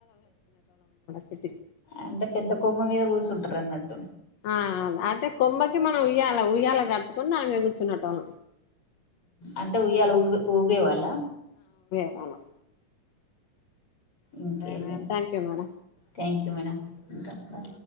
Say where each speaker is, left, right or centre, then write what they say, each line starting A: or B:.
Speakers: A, on the left; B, on the left.
A: చెట్టుకి
B: అంటె పెద్ద కొమ్మ మీద కూసుంటర్ అన్నట్టు
A: ఆ అంటె కొమ్మకి మనం ఉయ్యాల ఉయ్యాల కట్టుకొని దాని మీద కూర్చునె టోళ్ళం
B: అంటే ఉయ్యాల ఊ ఊగేవాళ్ళ
A: అవునా
B: ఇంకేది
A: madam thank you madam
B: thank you madam ఇంకా బ